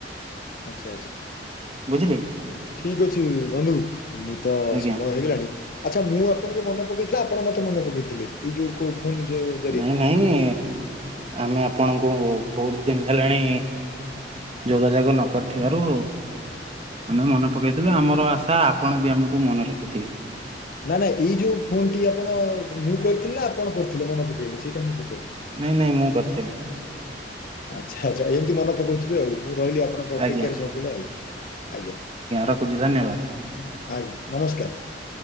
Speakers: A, on the left; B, on the right.
A: ଆଚ୍ଛା ଆଚ୍ଛା।
B: ବୁଝିଲେ।
A: ଠିକ ଅଛି ବନ୍ଧୁ ମୁଁ ତ
B: ଆଜ୍ଞା
A: ସମୟ ହେଇଗଲାଣି। ଆଚ୍ଛା ମୁଁ ଆପଣଙ୍କୁ ମନେ ପକେଇଥା ଆପଣ ମତେ ମନ ପକେଇଥିଲେ ଏଇ ଯୋଉ ପୁ ଯେ
B: ନାଇଁ ନାଇଁ ଆମେ ଆପଣଙ୍କୁ ବହୁତ ଦିନି ହେଲାଣି। ଯୋଗାଯୋଗ ନ କରିଥିବାରୁ। ଆମେ ମନେ ପକେଇଥିଲୁ ଆମର ଆଶା ଆପଣ ବି ଆମକୁ ମନେ ରଖିଥିବେ।
A: ନା ନା ଏଇ ଯୋଉ ଫୋନ ଟି ଆପଣ ମୁଁ କରିଥିଲେ ନା ଆପଣ କରିଥିଲେ ମନେ ପକେଇଲେ ସେଇଟା ମୁଁ କହୁଛି।
B: ନାଇଁ ନାଇଁ ମୁଁ କରିଥିଲି।
A: ଆଚ୍ଛା ଆଚ୍ଛା ଏମିତି ମନ ପକଉଥିବେ ଆଉ ମୁଁ ରହିଲି ଆପଣଙ୍କ ଅପେକ୍ଷାରେ
B: ଆଜ୍ଞା
A: ସବୁବେଳେ ଆଉ। ଆଜ୍ଞା
B: ରଖୁଛି ଧନ୍ୟବାଦ।
A: ଆଜ୍ଞା ନମସ୍କାର।